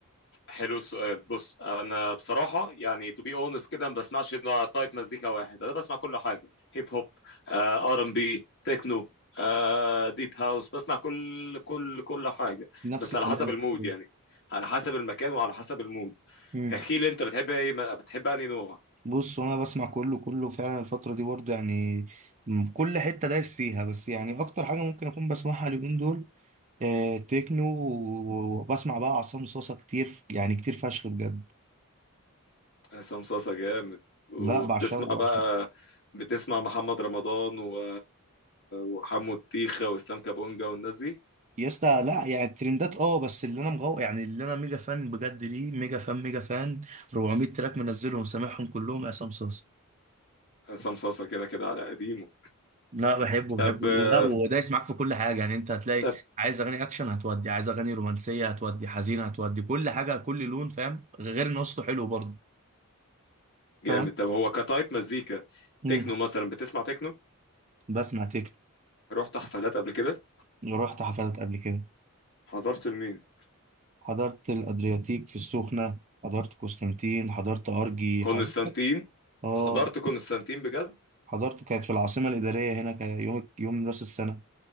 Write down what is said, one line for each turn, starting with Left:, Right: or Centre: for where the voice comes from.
Left: حلو السؤال بص انا بصراحه يعني تو بي اونست كده ما بسمعش الا تايب مزيكا واحد انا بسمع كل حاجه هيب هوب ار ام بي تكنو آه، ديب هاوس بسمع كل كل كل حاجه
Right: نفس
Left: بس
Right: الكلام
Left: على حسب المود
Right: الفترة دي.
Left: يعني على حسب المكان وعلى حسب المود
Right: مم.
Left: احكي لي انت بتحب ايه ما- بتحب انهي نوع
Right: بص وانا بسمع كله كله فعلا الفترة دي برضه يعني م- كل حتة دايس فيها بس يعني اكتر حاجة ممكن اكون بسمعها اليومين دول آه تكنو و- وبسمع بقى عصام صاصا كتير يعني كتير فشخ بجد
Left: عصام صاصا جامد وبتسمع
Right: ده بعشقه
Left: بقى بتسمع محمد رمضان و... وحمو الطيخه واسلام كابونجا والناس دي
Right: يا اسطى لا يعني الترندات اه بس اللي انا مغو يعني اللي انا ميجا فان بجد ليه ميجا فان ميجا فان 400 تراك منزلهم سامعهم كلهم عصام صاصا
Left: عصام صاصة كده كده على قديمه
Right: لا بحبه بحبه
Left: طب آه،
Right: ولا ودايس معاك في كل حاجه يعني انت هتلاقي
Left: طب
Right: عايز اغاني اكشن هتودي عايز اغاني رومانسيه هتودي حزينه هتودي كل حاجه كل لون فاهم غير ان وسطه حلو برضه
Left: جامد
Right: فاهم
Left: طب هو كتايب مزيكا
Right: امم
Left: تكنو مثلا بتسمع تكنو
Right: بسمع تكن
Left: رحت حفلات قبل كده
Right: رحت حفلات قبل كده
Left: حضرت لمين
Right: حضرت الادرياتيك في السخنه حضرت قسطنطين حضرت ارجي
Left: كونستانتين
Right: حضرت اه
Left: حضرت كونستانتين بجد
Right: حضرت كانت في العاصمة الإدارية هنا كان يوم يوم راس السنة